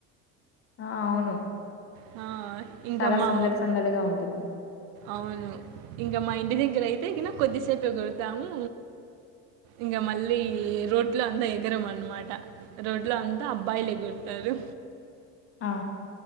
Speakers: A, on the left; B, on the right.
A: ఆ అవును
B: ఆ ఇంకా
A: చాలా
B: మా
A: సందడి సందడిగా ఉంటుంది
B: అవును ఇంకా మా ఇంటి దగ్గర అయితే గిన కొద్దిసేపు ఎగురుతాము ఇంకా మళ్ళీ రోడ్ లో అంతా ఎగరం అన్నమాట రోడ్ లో అంతా అబ్బాయిలు ఎగురతారు
A: ఆ